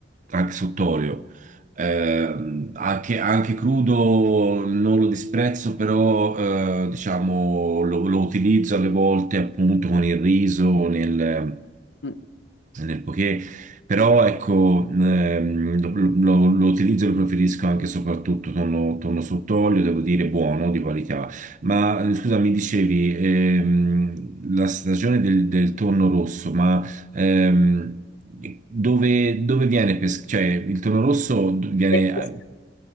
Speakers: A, on the right; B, on the left.
A: anche sott'olio. Ehm, anche, anche crudo non lo disprezzo, però eh, diciamo, lo, lo utilizzo alle volte appunto con il riso, nel,
B: Mm.
A: nel poké, però ecco, ehm, lo, lo- lo utilizzo e lo preferisco anche e soprattutto tonno, tonno sott'olio, devo dire buono, di qualità. Ma eh, scusa, mi dicevi, ehm, la stagione del, del tonno rosso, ma ehm, dove, dove viene pescato? Cioè, il tonno rosso viene...
B: Viene pescato.
A: eh,